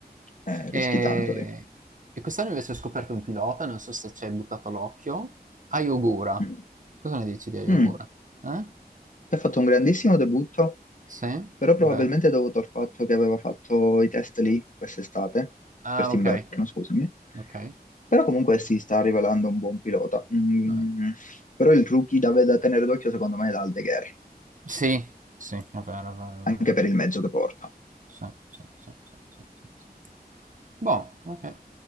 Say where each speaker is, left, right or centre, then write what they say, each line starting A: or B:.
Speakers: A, on the left; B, on the right.
A: eh,
B: E,
A: rischi tanto lì.
B: e quest'anno invece ho scoperto un pilota, non so se ci hai buttato l'occhio, Ayogura.
A: Mm.
B: Cosa ne dici di Ayogura?
A: Mm.
B: Eh?
A: Ti Ha fatto un grandissimo debutto,
B: Sì? È
A: però probabilmente
B: vero?
A: è dovuto al fatto che aveva fatto i test lì quest'estate,
B: Ah,
A: quest'inverno,
B: ok,
A: scusami.
B: ok.
A: Però comunque si sta rivelando un buon pilota. Mm.
B: Eh,
A: Però il rookie da, da tenere d'occhio secondo me è Aldeguer,
B: Sì, sì, è vero, è vero, è vero.
A: anche per il mezzo che porta.
B: Sì, sì, sì, sì, sì, sì, sì. Boh, ok.